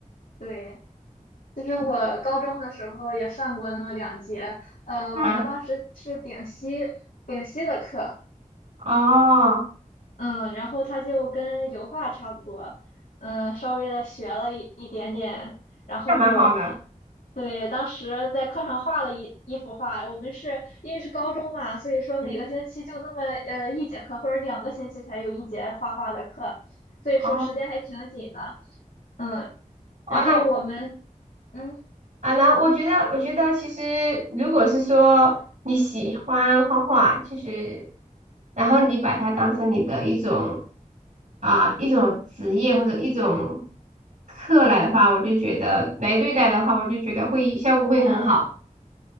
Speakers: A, on the left; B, on the right.
A: 对，就是我高中的时候也上过那么两节，
B: 是
A: 呃，
B: 啊，
A: 我们当时是丙烯丙烯的课，
B: 哦，
A: 嗯，然后他就跟油画差不多，嗯，稍微的学了一一点点，然后
B: 那蛮好的。
A: 对，当时在课上画了一一幅画，我们是因为是高中嘛，所以说每个星期就那么呃一节课或者两个星期才有一节画画的课，
B: 嗯，
A: 所以说时间还挺紧的，
B: 哦
A: 嗯，
B: 哦，
A: 然后我们
B: 那
A: 嗯
B: 啊，那我觉得我觉得其实如果是说你喜欢画画，就是然后你把它当成你的一种啊、一种职业或者一种课来的话，我就觉得来对待的话，我就觉得会效果会很好。